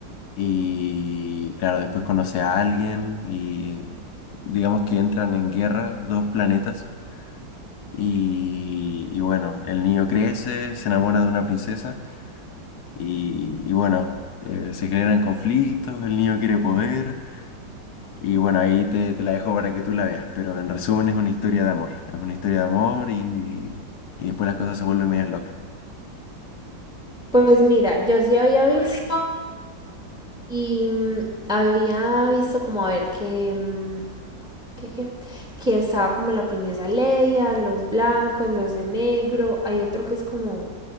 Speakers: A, on the left (about 70°); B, in the centre.
A: y, claro, después conoce a alguien y digamos que entran en guerra dos planetas y, y bueno, el niño crece, se enamora de una princesa y, y bueno, eh, se generan conflictos, el niño quiere poder y bueno, ahí te, te la dejo para que tú la veas, pero en resumen es una historia de amor, es una historia de amor y, y después las cosas se vuelven medias locas.
B: Pues mira, yo sí había visto y mm, había visto como a ver que, mm, que, que, que estaba como la princesa Leia, los blancos, los de negro. Hay otro que es como